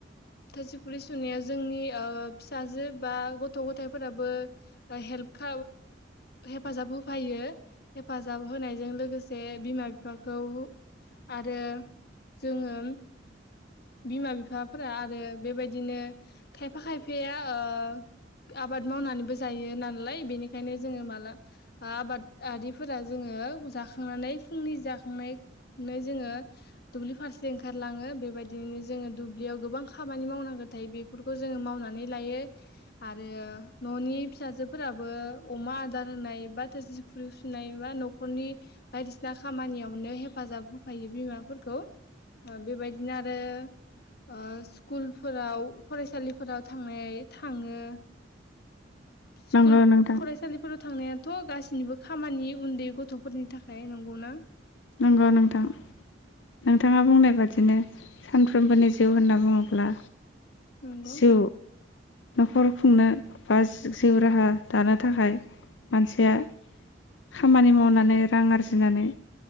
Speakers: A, on the left (about 60°); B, on the left (about 75°).
A: थोरसि खुरै सुनायाव जोंनि फिसाजो बा गथ' गथायफोराबो हेल्प हेफाजाब होफायो हेफाजाब होनायजों लोगोसे बिमा बिफाखौ आरो जोङो बिमा बिफाफोरा आरो बेबायदिनो खायफा खायफाया ओ आबाद मावनानैबो जायो नालाय बेनिखायनो जोङो माला आबादारिफोरा जोङो जाखांनानै फुंनि जाखांनानैनानै जोङो दुब्लि फारसे ओंखारलाङो बेबायदि बिदिनो जोङो दुब्लियाव गोबां खामानि मावनांगौ थायो बेफोरखौ जोङो मावनानै लायो आरो न'नि फिसाजोफोराबो अमा आदार होनाय बा थोरसि खुरै सुनाय बा न'खरनि बायदिसिना खामानियावनो हेफाजाब होफैायो बिमाफोरखौ बेबायदिनो आरो आरो स्कुलफोराव फरायसालिफोराव थांनाय थाङो स्कुल
B: नंगौ नोंथां
A: फरायसालिफोराव थांनाया थ' गाससिनिबो खामानि उन्दै गथ'फोरनि थाखाय नंगौना
B: नंगौ नोंथां नोंथाङा बुंनाय बादिनो सानफ्रोमबोनि जिउ होनना बुङोब्ला
A: नंगौ
B: जिउ न'खर खुंनो बा जिउ राहा दानो थाखाय मानसिया खामानि मावनानै रां आरजिनानै